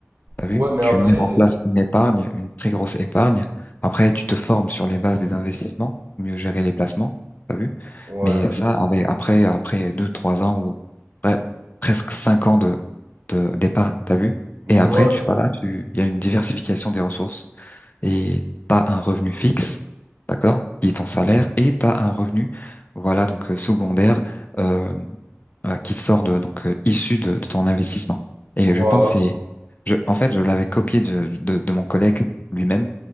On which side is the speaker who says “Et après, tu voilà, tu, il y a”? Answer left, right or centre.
Left